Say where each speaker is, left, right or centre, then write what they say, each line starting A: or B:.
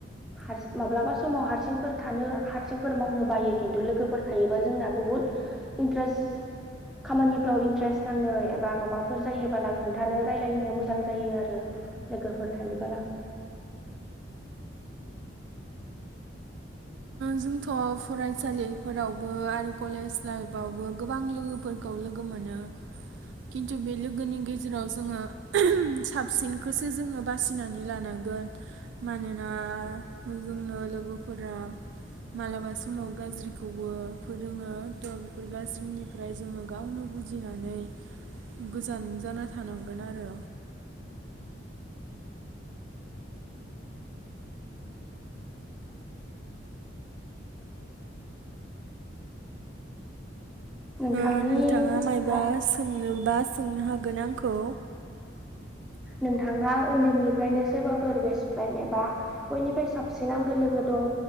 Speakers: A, in the centre; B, on the right.
A: हारसिं माब्लाबा समाव हारसिंफोर थानो हारसिंफोर मावनो बायो, खिन्थु लोगोफोर थायोबा जोंना बुहुत इन्टारेस खामानिफ्राव इन्टारेस नाङो ए बा माबाफोर जायोबोला खोन्थानो जायो आरो लोगोफोर थायोबोला।
B: जोंथ' फरायसालिफोरावबो आरो कलेज लाइफावबो गोबां लोगोफोर खौ लोगो मोनो। खिन्थु बे लोगोनि गेजेराव जोङो साबसिनखौसो जोङो बासिनानै लानांगोन। मानोना जोंनो लोगोफोरा मालाबा समाव गाज्रिखौबो फोरोङो थ' बेफोर गाज्रिनिफ्राय जोङो गावनो बु जिनानै गोजान जाना थानांगोन आरो।
A: नोंथांनि
B: ओ नोंथाङा मायबा
A: हा
B: सोंनोबा सोंनो हागोन आंखौ।
A: नोंथांना उन्दैनिफ्रायनो सोरबाफोर बेस्ट फ्रेन्ड एबा बयनिफ्राय साबसिन आंगो लोगो दं